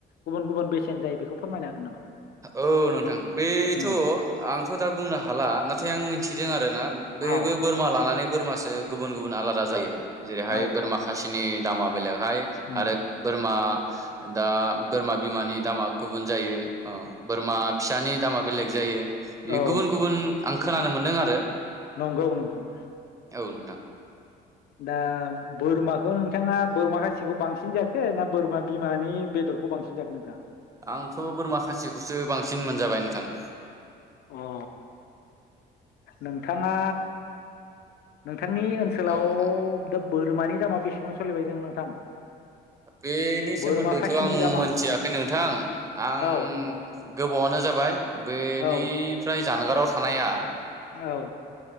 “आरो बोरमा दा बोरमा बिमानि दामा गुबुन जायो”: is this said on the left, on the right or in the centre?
Right